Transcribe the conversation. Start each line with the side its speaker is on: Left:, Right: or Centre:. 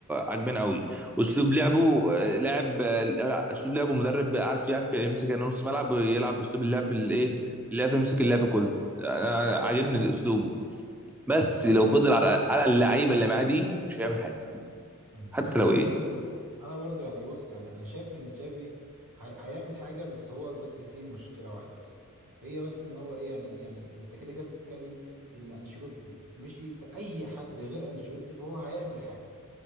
Centre: عاجباني قوي وأسلوب لعبه آه، لاعب آه، لا، أسلوب لعبه مدرب عارف يعرف يمسك يعني نص ملعب يلعب بأسلوب اللعب الإيه اللي يعرف يمسك اللعب كله أنا عاجبني أسلوبه بس لو فضل على على اللعيبة اللي معاه دي مش هيعمل حاجة
Right: مم.
Centre: حتى
Right: انا برضو
Centre: لو إيه
Right: انا برضو يعني بص يعني انا شايف ان تشافي هي... هيعمل حاجه بس هو بس فيه مشكله واحده بس هي بس ان هو ايه يعني يعني انت كده كده بتتكلم ان انشيلوتي مشي في اي حد غير انشيلوتي فهو هيعمل حاجه